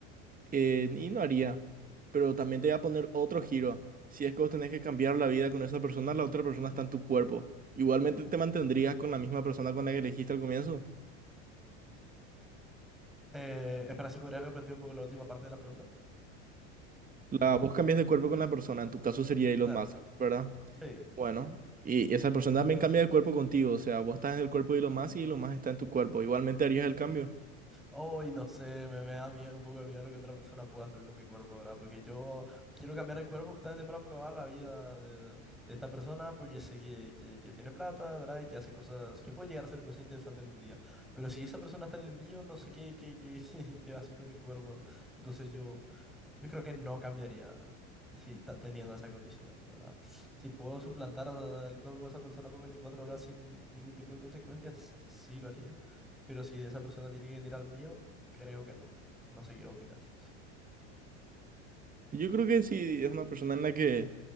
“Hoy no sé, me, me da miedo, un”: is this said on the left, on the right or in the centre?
Centre